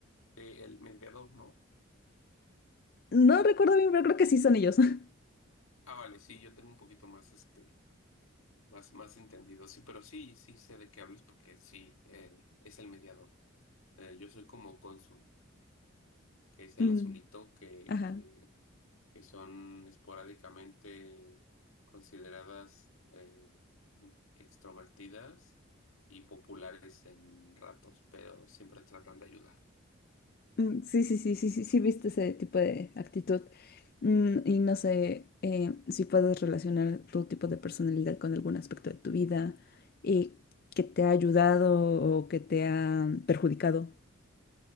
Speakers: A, on the left; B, on the left.
A: Eh, el mediador, ¿no?
B: No recuerdo bien, pero creo que sí son ellos. <laughs>
A: Ah, vale, sí, yo tengo un poquito más este, más, más entendido. Sí, pero sí, sí sé de qué hablas porque sí, eh, es el mediador. Eh, yo soy como cónsul, que es el
B: Mm,
A: azulito que,
B: Ajá.
A: que que son esporádicamente consideradas eh, extrovertidas y populares en ratos, pero siempre tratan de ayudar.
B: Mm, Sí, sí, sí, sí, sí, sí, viste ese tipo de actitud. Mm, y no sé eh, si puedes relacionar tu tipo de personalidad con algún aspecto de tu vida y que te ha ayudado o que te ha perjudicado.